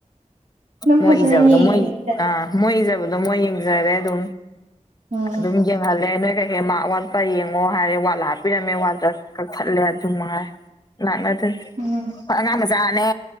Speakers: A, on the left (about 30°); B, on the right (about 70°).
A: <unintelligible> ꯃꯣꯏ
B: ꯐꯖꯅ
A: ꯏꯖꯥꯕꯗꯨ
B: ꯌꯦꯡꯉꯤꯅꯤꯗ
A: ꯃꯣꯏ ꯑ ꯃꯣꯏ ꯏꯖꯥꯕꯗꯨ ꯗ ꯃꯣꯌ ꯌꯦꯡꯖꯔꯦ ꯑꯗꯨ
B: ꯎꯝ
A: ꯑꯗꯨꯝ ꯌꯦꯪꯍꯥꯂꯦ ꯃꯥ ꯋꯥꯠꯄ ꯌꯦꯡꯉꯣ ꯍꯥꯏꯔꯦ ꯋꯥꯠꯂ ꯍꯥꯞꯄꯤꯔꯝꯃꯦ ꯋꯥꯠꯇ ꯀꯛꯊꯠꯂꯦ ꯑꯗꯨ ꯃꯉꯥꯏ ꯂꯛꯅꯗꯦ ꯍꯣꯌ
B: ꯎꯝ
A: ꯑꯉꯥꯡ ꯃꯆꯟ ꯅꯤ